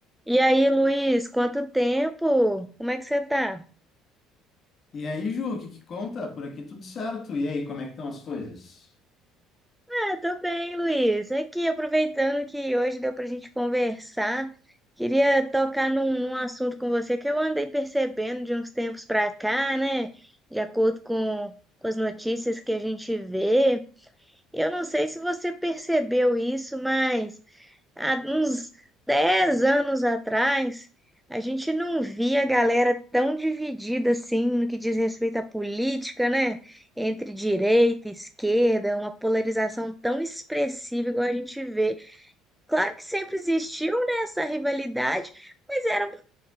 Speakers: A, in the centre; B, on the left.
A: E aí, Luiz, quanto tempo? Como é que você tá?
B: E aí, Ju, o que que conta? Por aqui tudo certo. E aí, como é que estão as coisas?
A: Ah, tô bem, Luiz. Aqui, aproveitando que hoje deu pra gente conversar, queria tocar num, num assunto com você que eu andei percebendo de uns tempos pra cá, né? De acordo com, com as notícias que a gente vê. Eu não sei se você percebeu isso, mas há uns 10 anos atrás, a gente não via a galera tão dividida assim no que diz respeito à política, né? Entre direita e esquerda, uma polarização tão expressiva igual a gente vê Claro que sempre existiu, né, essa rivalidade, mas era uma,